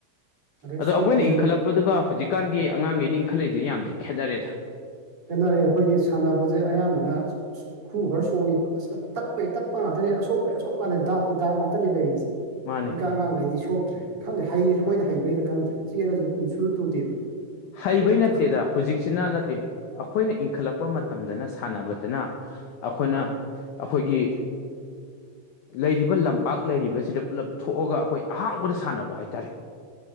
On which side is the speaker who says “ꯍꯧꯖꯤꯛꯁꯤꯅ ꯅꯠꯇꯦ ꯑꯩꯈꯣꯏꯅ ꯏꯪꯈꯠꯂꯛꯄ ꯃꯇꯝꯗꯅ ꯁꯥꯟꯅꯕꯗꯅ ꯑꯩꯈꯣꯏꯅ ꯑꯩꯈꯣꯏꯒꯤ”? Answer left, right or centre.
Left